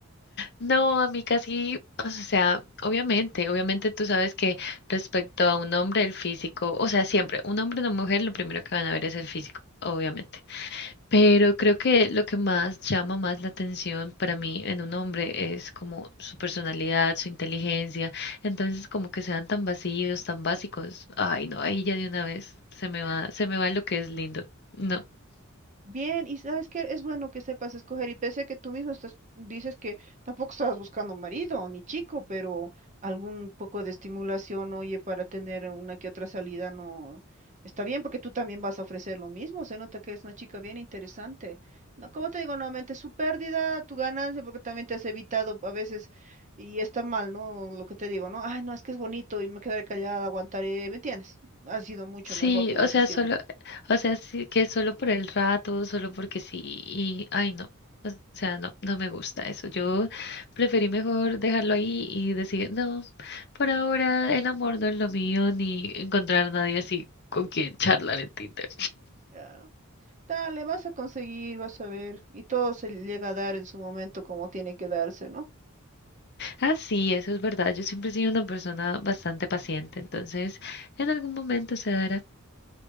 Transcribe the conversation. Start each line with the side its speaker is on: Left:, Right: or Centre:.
Left: No, a mí casi, o sea, obviamente, obviamente tú sabes que respecto a un hombre, el físico, o sea, siempre, un hombre o una mujer, lo primero que van a ver es el físico, obviamente. Pero creo que lo que más llama más la atención para mí en un hombre es como su personalidad, su inteligencia. Entonces, como que sean tan vacíos, tan básicos. Ay, no, ahí ya de una vez se me va, se me va lo que es lindo. No.
Right: Bien, y sabes que es bueno que sepas escoger, y pese a que tú mismo estás, dices que tampoco estabas buscando marido ni chico, pero algún poco de estimulación, oye, para tener una que otra salida no está bien, porque tú también vas a ofrecer lo mismo, se nota que es una chica bien interesante. No, como te digo nuevamente, su pérdida, tu ganancia, porque también te has evitado a veces, y está mal, ¿no? Lo que te digo, ¿no? Ay, no, es que es bonito y me quedaré callada, aguantaré, ¿me entiendes? Ha sido mucho
Left: Sí,
Right: mejor tu decisión.
Left: o sea, solo, o sea, sí, que solo por el rato, solo porque sí, y ay no, o sea, no, no me gusta eso. Yo preferí mejor dejarlo ahí y decir, no, por ahora el amor no es lo mío, ni encontrar a nadie así con quien charlar en Tinder.
Right: Ah. Dale, vas a conseguir, vas a ver. Y todo se llega a dar en su momento como tiene que darse, ¿no?
Left: Ah, sí, eso es verdad. Yo siempre he sido una persona bastante paciente, entonces en algún momento se dará.